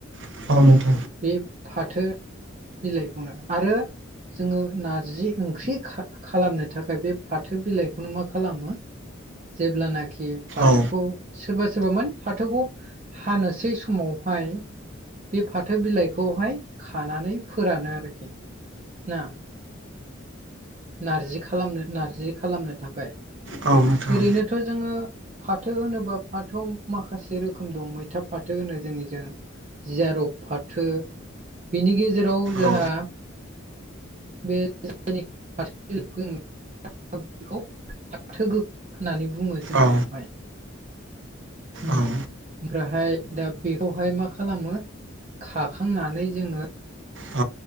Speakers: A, on the right; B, on the right.
A: औ
B: बे फाथो बिलाइखौनो आरो जोङो नारजि ओंख्रि खा-खालामनो थाखाय बे फाथो बिलाइखौनो मा खालामो जेब्लानाखि फाथोखौ
A: औ
B: सोरबा सोरबा माने फाथोखौ हानोसै समावहाय बे फाथो बिलाइखौहाय खानानै फोरानो आरोखि ना। नारजि खालामनो नारजि खालामनो थाखाय।
A: नोंथां
B: ओरैनोथ' जोङो फाथो होनोबा फाथोआव माखासे रोखोम दं मैथा फाथो होनो जोंनि जों जियारब फाथो बिनि गेजेराव जोंहा
A: औ
B: <unintelligible> बेारसेग बेखौ फाथो गोखा होननानै बुङो जोंनियावहाय।
A: औ
B: उम
A: औ।
B: ओमफ्रायहाय दा बेखौहाय मा खालामो खाखांनानै जोङो
A: औ